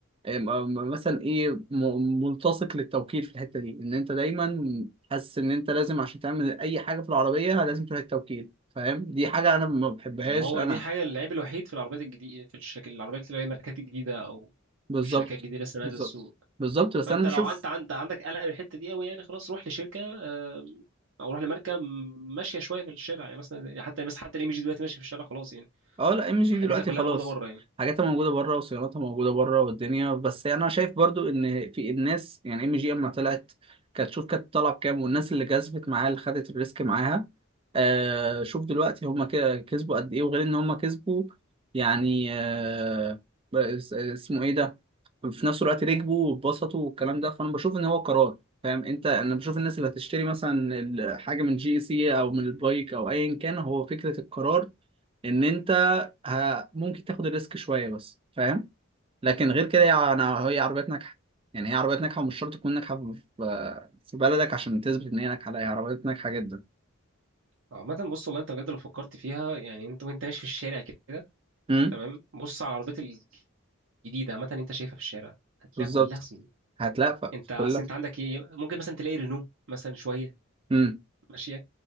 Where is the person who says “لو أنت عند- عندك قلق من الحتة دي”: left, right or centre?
Right